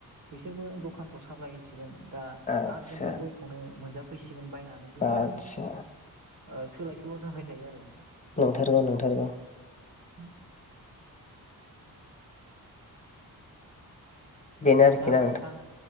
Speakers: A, on the right; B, on the left.
A: बिसोरबो दखानफ्राव साफ्लाइ सिगोन दा
B: आदसा
A: आरो जों बे गयखौनो मोनजा सिखोन बायनानै बेफोरबायदि
B: आदसा
A: ओ सोलायसोल' जाबाय थायो आरो नोंथां
B: नंथारगौ नंथारगौ
A: <unintelligible>
B: बेनो आरोखि
A: दा होमबा
B: ना
A: नोंथां